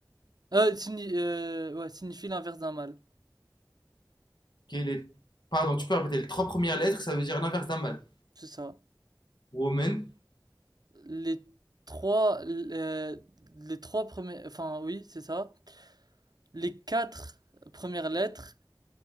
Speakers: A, on the right; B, on the left.
A: Euh, signi- euh, ouais, signifie l'inverse d'un mâle.
B: Quelle est... Pardon, tu peux répéter les trois premières lettres, ça veut dire l'inverse d'un mâle.
A: C'est ça.
B: Woman.
A: Les trois... euh, les trois premières... Enfin, oui, c'est ça. Les quatre premières lettres